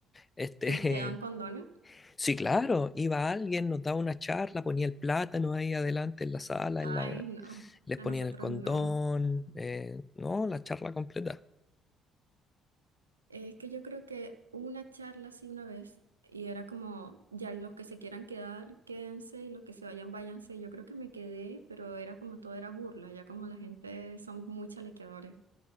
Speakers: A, on the left; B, on the right.
A: este,
B: te, te dan condones.
A: <laughs> sí, claro, iba alguien, nos daba una charla, ponía el plátano ahí adelante en la sala,
B: Ay,
A: en la,
B: no,
A: les
B: a
A: ponían
B: nosotros
A: el condón,
B: no.
A: eh, no, la charla completa.
B: Es que yo creo que hubo una charla así una vez y era como, ya los que se quieran quedar, quédense y los que se vayan, váyanse. Y Yo creo que me quedé, pero era como todo era burla, ya como la gente son muy chalequeadores.